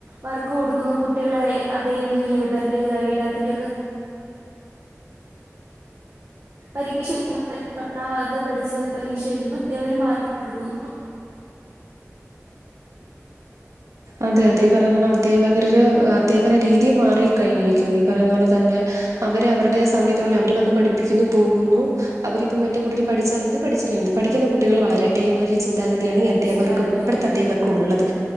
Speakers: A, on the right; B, on the right.
A: വർക്ക് കൊടുക്കുന്നു കുട്ടികളെ അതെതെങ്കിലും ലേബറിന്ത്യ ഗൈഡ് അതിൻ്റെക്കെ പരീക്ഷ <unintelligible> പഠിച്ച് പരീക്ഷ എഴുതുന്നു അധ്യാപരും മാർക്കിട്ട്കൊടുക്കുന്നു
B: അതെ അതെ ഈ പറന്നപോലെ അധ്യപകര് അധ്യാപന രീതി മാറി കഴിഞ്ഞിരിക്കുന്നു ഈ പറയുന്ന പോലെ തന്നെ അവര് അവരടെ സമയത്തിനുള്ളിൽ അവര് വന്ന് പഠിപ്പിക്കുന്നു പോകുന്നു അവരിപ്പം മറ്റേകുട്ടികള് പഠിച്ചാലെന്ത് പഠിച്ചല്ലെന്ത് പഠിക്കുന്ന കുട്ടികൾ വളരട്ടെ എന്നൊരു ചിന്താഗതി ചിന്താണ് ഈ അധ്യാപർക്ക്
A: ചിന്താഗതിയാണ്
B: ഇപ്പോത്തെ അധ്യാപകർക്കുള്ളത്